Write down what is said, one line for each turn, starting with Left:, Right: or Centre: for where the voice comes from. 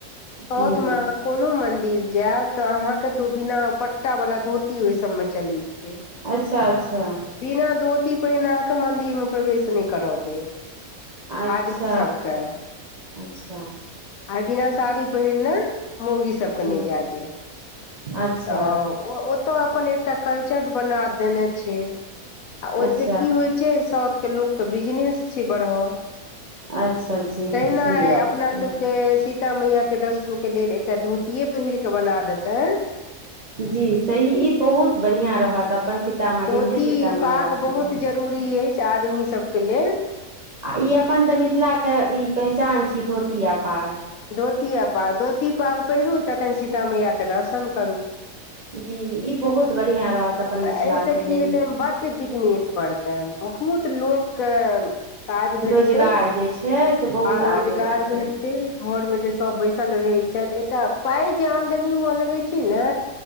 Left: साउथ
Right: जी
Left: मे कोनो मंदिर जाएब त अहाँ के दु बिना पट्टा वाला धोती ओइ सबमें चलै छैय। हे
Right: अच्छा अच्छा
Left: बिना धोती पहिरने अहाँके मंन्दिरमे प्रवेश नै करऽ देत।
Right: अच्छा
Left: आदमी सभके।
Right: अच्छा
Left: आ बिना साड़ी पहिरने मौगी सबके
Right: जी
Left: नै जाए देेत,
Right: अच्छा
Left: तऽ ओ ओतऽ अपन एकटा कल्चर्ड बना देने छैय। आ ओइसं
Right: अच्छा
Left: की होइ छैय, साउथके लोकके बिजनेस छैय बढ़ल।
Right: अच्छा जी
Left: तहिना
Right: सही
Left: ऐ
Right: गप
Left: अपना
Right: छै
Left: सबके सी ता मैया के दर्शनक के लेल एकटा धोतिए पहिरक बना देतय।
Right: जी सही ई बहुत बढ़िआं रहत अपन सीतामढ़ीमे
Left: धोती
Right: सीता मैयाके
Left: पाग बहुत
Right: लेल।
Left: जरूरी अएछ आदमी सबके लेल।
Right: आ ई अपन तऽ मिथिलाक के ई पहचान छी धोती आ पाग।
Left: धोती आ पाग, धोती पाग पहिरू तखन सीता मैयाके दर्शन करू।
Right: जी ई बहुत बढ़िया रहत। अपन
Left: त
Right: मिथिलाके
Left: अइसं की
Right: लेल
Left: हेतै बड्ड बिजनेस बढ़तैन, बहुत लोकके काज भेटतै
Right: रोजगार जे छै से बहुत
Left: आ
Right: आगे
Left: रोजगार
Right: बढ़तै
Left: भेटतै। घर मे जे सब बैसल रहै छैथ, एकटा पाय जे आमदनी हुअ लगै छैय ने